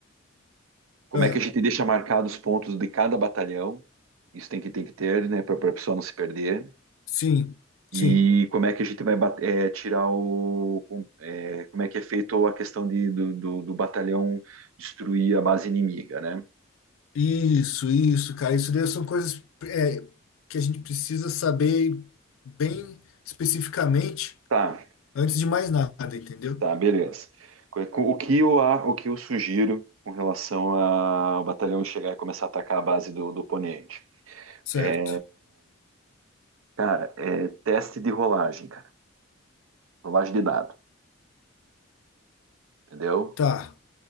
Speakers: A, on the right; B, on the left.
A: como
B: Ah,
A: é que a gente deixa marcados os pontos de cada batalhão? Isso tem que, tem que ter, né, para a pessoa não se perder.
B: sim, sim.
A: E como é que a gente vai bat- eh, tirar o. com- eh, como é que é feito a questão de, do, do, do batalhão destruir a base inimiga, né?
B: Isso, isso, cara. Isso daí são coisas é, que a gente precisa saber bem especificamente
A: Tá,
B: antes de mais nada, entendeu?
A: tá, beleza. Co- co- O que eu, a- o que eu sugiro com relação a- ao batalhão chegar e começar a atacar a base do, do oponente?
B: Certo.
A: É, cara, é teste de rolagem, cara. Rolagem de dado, entendeu?
B: Tá.